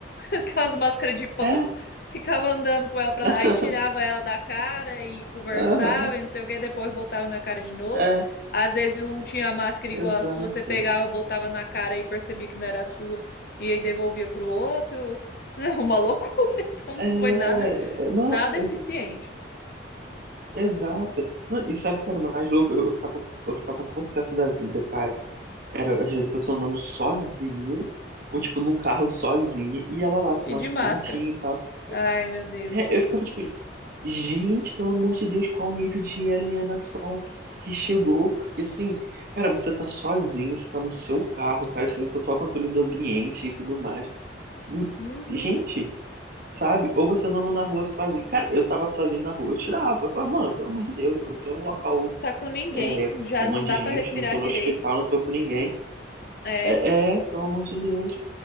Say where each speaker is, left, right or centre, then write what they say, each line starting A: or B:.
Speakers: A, on the left; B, on the right.
A: aquelas máscaras de pano,
B: é.
A: ficava andando com ela, pra...
B: <laughs>
A: aí tirava ela da cara e conversava
B: Aham,
A: e não sei o que, depois botava na cara de novo.
B: é,
A: Às vezes um tinha a máscara
B: exato.
A: igual a sua, você pegava, botava na cara e percebia que não era a sua, e aí devolvia pro outro. <laughs> É uma loucura, <laughs> então não
B: É,
A: foi nada,
B: não,
A: nada eficiente.
B: ex- exato. Não, e sabe o que era mais louco? Eu ficava, eu ficava possesso da vida, cara. Era, às vezes, a pessoa andando sozinha, ou, tipo, num carro sozinha, e ela lá, com
A: E
B: a
A: de
B: máscara
A: máscara.
B: bonitinha e tal.
A: Ai, meu Deus.
B: É, eu ficava, tipo, gente, pelo amor de Deus, qual o nível de alienação que, que chegou? Porque, assim, cara, você tá sozinho, você tá no seu carro, cara, você tem total controle do ambiente e tudo mais. Hum,
A: Uhum.
B: Gente, sabe? Ou você andando na rua sozinho. Cara, eu tava sozinho na rua, eu tirava. Eu falava, mano, pelo amor de Deus, eu não tô em um local,
A: Tá com ninguém,
B: é,
A: já
B: com um
A: não
B: monte
A: dá
B: de gente,
A: pra respirar
B: não tô
A: direito.
B: no hospital, não tô com ninguém.
A: É.
B: É, é, pelo amor de Deus.